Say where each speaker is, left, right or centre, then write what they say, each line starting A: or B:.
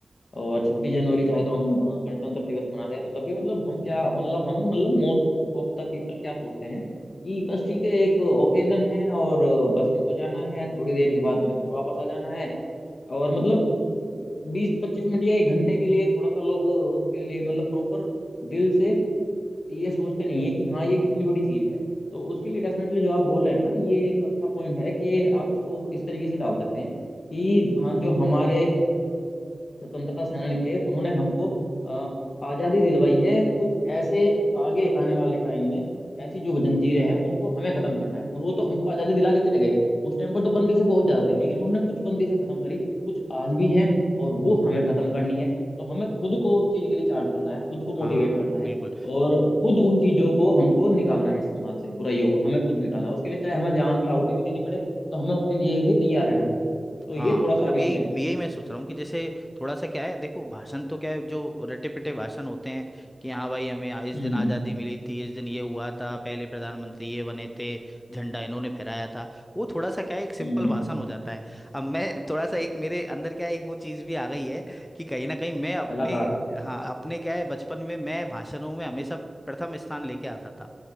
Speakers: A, on the left; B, on the left.
A: और छब्बीस जनवरी चाहे तो हम अ, गणतंत्र दिवस मनाते हैं तो तब भी मतलब हम क्या मतलब हम मतलब मोस्ट ऑफ द पीपल क्या सोचते हैं कि बस ठीक है एक ओकेजन है और बस हमको जाना है थोड़ी देर के बाद में घर वापस आ जाना है और मतलब बीस पच्चीस मिनट या एक घंटे के लिए थोड़ा सा लोग उसके लिए मतलब प्रॉपर दिल से तो ये सोचते नहीं है कि हाँ ये कितनी बड़ी चीज है तो उसके लिए डेफिनेटली जो आप बोल रहे हैं ना ये एक अच्छा पॉइंट है कि आप इसको इस तरीके से डाल सकते हैं कि हाँ जो हमारे स्वतंत्रता सेनानी थे उन्होंने हमको अ, आजादी दिलवाई है कुछ ऐसे आगे आने वाले टाइम में कुछ ऐसी जो जंजीरें हैं उनको हमें खत्म करना है उन वो तो हमको आजादी दिला के चले गए उस टाइम पर तो बंदी से बहुत ज्यादा थे लेकिन उन्होंने कुछ बंदी से खत्म करी कुछ आज भी हैं और वो हमें खत्म करनी है तो हमें खुद को उस चीज के लिए चार्ज करना है खुद को
B: हाँ
A: मोटिवेट करना है
B: बिल्कुल
A: और खुद उन चीजों को हमको निकालना है इस समाज से बुराइयों को हमें खुद निकालना है उसके लिए चाहे हमें जान की आहुति भी देनी पड़े तो हमें उसके लिए भी तैयार रहना चाहिए तो
B: हाँ
A: ये थोड़ा
B: मतलब
A: सा आप इसमें
B: यही यही मैं सोच रहा हूँ कि जैसे थोड़ा सा क्या है देखो भाषण तो क्या है जो रटे पिटे भाषण होते हैं कि हाँ भाई हमें आ- इस
A: हम्म
B: दिन आज़ादी
A: हम्म
B: मिली थी इस दिन ये हुआ था पहले प्रधानमंत्री ये बने थे झंडा इन्होंने फहराया था वो थोड़ा सा क्या है एक सिंपल
A: हम्म हम्म
B: भाषण हो जाता है अब मैं थोड़ा सा एक मेरे अंदर क्या है एक वो चीज़ भी आ गई है कि कहीं ना कहीं मैं अपने
A: कलाकार
B: हाँ अपने क्या है बचपन में मैं भाषणों में हमेशा प्रथम स्थान लेके आता था